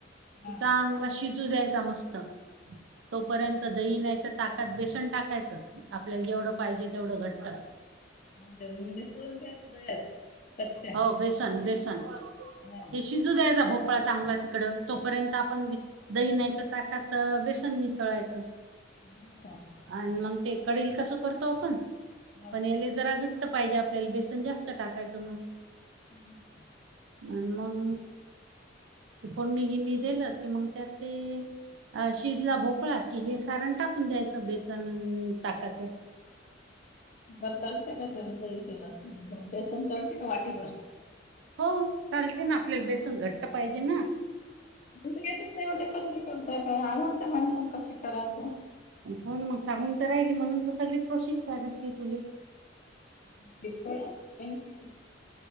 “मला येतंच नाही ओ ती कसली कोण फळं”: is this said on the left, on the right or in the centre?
Left